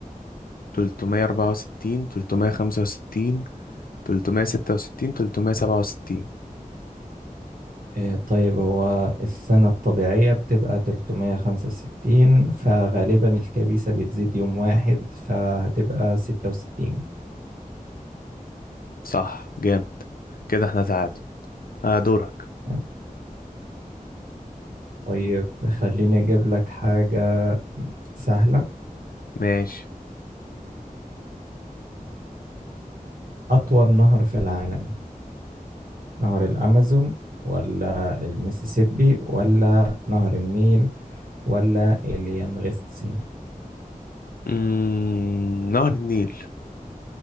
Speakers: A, on the left; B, on the right.
A: 364 365 366 367
B: آه، طيب هو السنة الطبيعية بتبقى 365 فغالبا الكبيسة بتزيد يوم واحد فهتبقى 66
A: صح جامد كده احنا تعادل آه دورك
B: تمام. طيب خليني أجيب لك حاجة سهلة
A: ماشي
B: أطول نهر في العالم نهر الأمازون ولا المسيسيبي ولا نهر النيل ولا اليانغستي
A: مم... نهر النيل